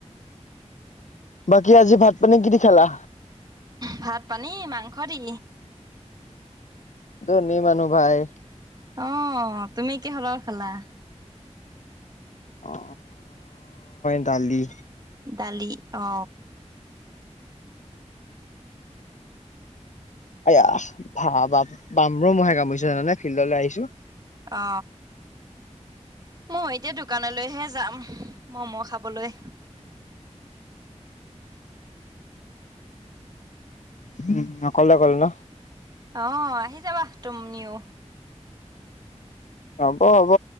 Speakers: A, on the left; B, on the right.
A: বাকী আজি ভাত পানী কি খালা
B: ভাত পানী মাংস দি
A: ধনী মানু্হ ভাই
B: অ তুমি কিহৰ লগত খালা
A: অ দালি
B: দালি অ
A: এয়া ভ বামৰ মহে কামুৰিছে জানানে ফিল্ডলৈ আহিছো
B: অ মই এতিয়া দোকানলৈহে যাম মম' খাবলৈ
A: উম অকলে অকলে ন
B: অ আহি যাবা তুমিও
A: হ'ব হ'ব